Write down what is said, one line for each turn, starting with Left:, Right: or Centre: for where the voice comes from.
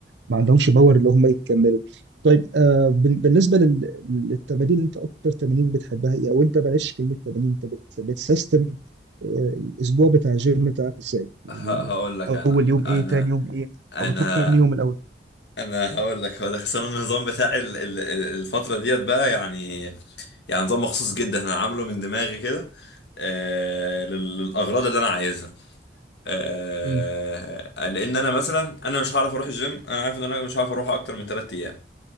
Right: ما عندهمش باور اللي هم يكملوا طيب آه بال- بالنسبه لل... للتمارين انت اكتر تمارين بتحبها ايه او انت بلاش كلمه تمارين انت بت... بتسيستم آه الاسبوع بتاع الجيم بتاعك ازاي يعني
Left: ه- هقول لك
Right: اول
Left: انا
Right: يوم
Left: انا
Right: ايه تاني يوم ايه
Left: انا
Right: او بتروح كام يوم الاول
Left: انا هقول لك هقول لك اصل انا النظام بتاعي ال- ال- ال- الفتره ديت بقى يعني يعني نظام مخصوص جدا انا عامله من دماغي كده آه لل- للاغراض اللي انا عايزها آه
Right: امم
Left: لان انا مثلا انا مش هعرف اروح الجيم انا عارف ان انا مش هعرف اروح اكتر من 3 ايام